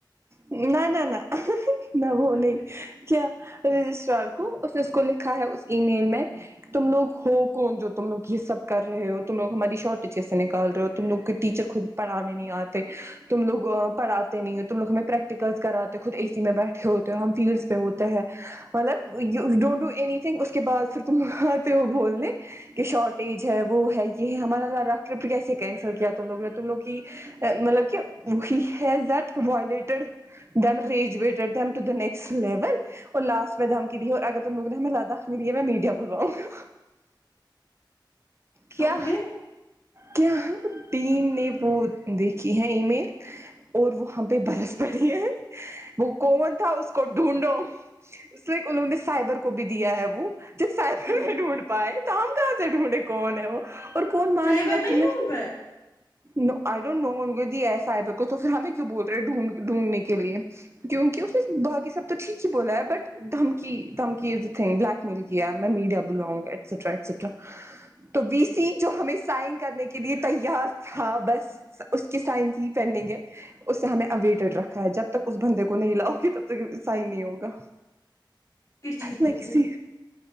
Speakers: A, on the right (about 35°); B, on the left (about 45°).
A: نہ نہ نہ نہ وہ
B: اچھا،
A: نہیں کیا رجسٹرار کو اس نے اس کو لکھا ہے اس ای میل میں تم لوگ ہو کون جو تم لوگ یہ سب کر رہے ہو تم لوگ ہماری شارٹیج کیسے نکال رہے ہو تم لوگ کے ٹیچر خود پڑھانے نہیں آتے تم لوگ پڑھاتے نہیں تم لوگ ہمیں پریکٹیکلس کراتے خود اے سی میں بیٹھے ہوتے ہو ہم فیلڈس پہ ہوتے ہے مطلب ڈونٹ ڈو اینی تھنگ اس کے بعد پھر تم آتے ہو بولنے کہ شارٹیج ہے وہ ہے یہ ہے ہمارا لداخ ٹرپ کیسے کینسل کیا تھا لوگ نے تم لوگ کی مطلب کہ he has that violated then رریجویڈ them to the next level اور لاسٹ میں دھمکی دی ہے اور اگر تم لوگ نے ہمیں لداخ نہیں ہے میں میڈیا بلواؤگا کیا
B: تو پھر
A: کیا ڈین نے وہ دیکھی ہیں ای میل اور وہ ہم پہ برس پڑی ہے وہ کون تھا اس کو ڈھونڈو اس لے انہوں نے سائبر کو بھی دیا ہے وہ جس سائبر
B: ہوں
A: ڈھونڈ پائے تو ہم کہاں سے ڈھونڈے کون ہے وہ اور کون مانے
B: سائبر
A: گا
B: نہیں
A: تیں
B: ڈھونڈ پائے
A: نو آئی ڈونٹ نو ان دیا ہے سائبر کو تو پھر ہمیں کیوں بول رہے ہیں ڈھونڈ ڈھونڈنے کے لیے کیونکہ اس نے باقی سب تو ٹھیک ہی بولا ہے بٹ دھمکی دھمکی is the thing blackmail کیا ہے میں میڈیا بلاواؤں گا ایکسٹرا ایکسٹرا تو وی سی جو ہمیں سائن کرنے کے لیے تیار تھا بس اس کے سائن کی پینڈنگ ہے اس سے ہمیں اویڈڈ رکھا ہے جب تک اس بندے کو نہیں لاؤگی تب تک سائن نہیں ہوگا
B: کس چیز
A: لیٹس
B: پر
A: سی